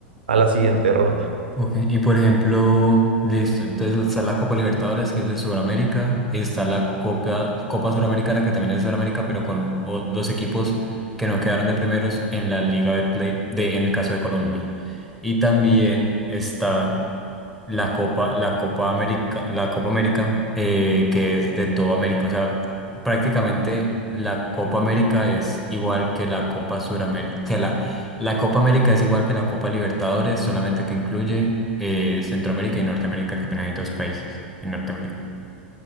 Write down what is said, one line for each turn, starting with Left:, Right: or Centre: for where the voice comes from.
Right: a la siguiente ronda.
Centre: Ok, y por ejemplo, listo, entonces está la Copa Libertadores que es de Sudamérica, está la Copa, Copa Suramericana que también es de Sudamérica, pero con o- los equipos que no quedaron de primeros en la Liga Betplay de, en el caso de Colombia. Y también está la Copa, la Copa América, la Copa América, eh, que es de toda América. O sea, prácticamente la Copa América es igual que la Copa Suramérica, que la, la Copa América es igual que la Copa Libertadores, solamente que incluye eh, Centroamérica y Norteamérica, que apenas hay dos países en Norteamérica.